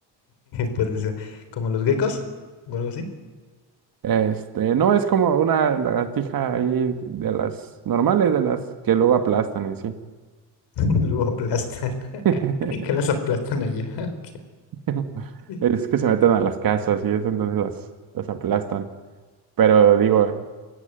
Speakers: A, on the left; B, on the right.
A: Puede ser. Como los geckos o algo así.
B: Este, no, es como una lagartija ahí de las normales, de las que luego aplastan y así.
A: <laughs> Luego aplastan.
B: <laughs>
A: <laughs> que las aplastan allá?
B: <laughs>
A: <laughs>
B: Es que se meten a las casas y eso, entonces las, las aplastan. Pero digo,